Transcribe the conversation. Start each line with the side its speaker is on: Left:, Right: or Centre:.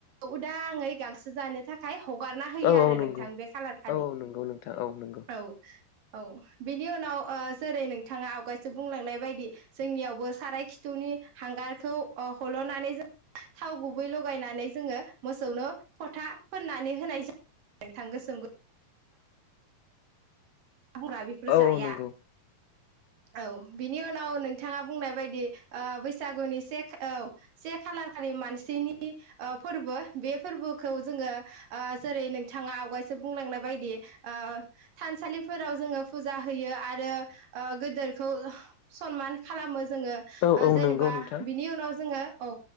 Right: उदाङै गांसो जानो थाखाय ह हगारना होयो
Left: औ
Right: आरो
Left: औ नंगौ
Right: नोंथां बे खालार खालि
Left: औ नंगौ नोंथां औ नंगौ
Right: औ। औ बिनि उनाव जेरै नोंथाङा आवगायसो बुंलांनाय बायदि जोंनियावबो साराय खिथुनि हांगारखौ हल'नानै जों थाव गुबै लगायनानै जोङो मोसौनो फोथा फोननानै होनाय जायो। गोथां गोसोम हामग्रा बेफोर
Left: औ
Right: जाया
Left: औ नंगौ
Right: औ बिनि उनाव नोंथाङा बुंनाय बायदि ओ बैसागुनि से औ से खालार खालि मानसिनि ओ फोरबो बे फोरबोखौ जोङो ओ जेरै नोंथाङा आवगायसो बुंलांनाय बादि ओ थानसालि फोराव जोङो फुजा होयो आरो ओ गोदोरखौ सनमान खालामो जोङो
Left: औ
Right: ओ
Left: औ
Right: जेनेबा
Left: नंगौ नोंथां
Right: बिनि उनाव जोङो औ